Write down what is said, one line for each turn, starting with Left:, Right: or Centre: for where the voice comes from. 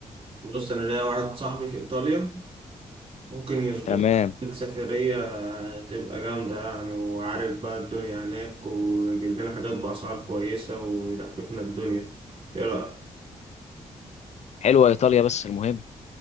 Right: بص انا ليا واحد صاحبي في ايطاليا ممكن يظبط
Left: تمام
Right: لك سفرية تبقى جامدة يعني وعارف بقى الدنيا هناك ويجيب لنا حاجات بأسعار كويسة ويلففنا الدنيا ايه رأيك
Left: حلوة إيطاليا بس المهم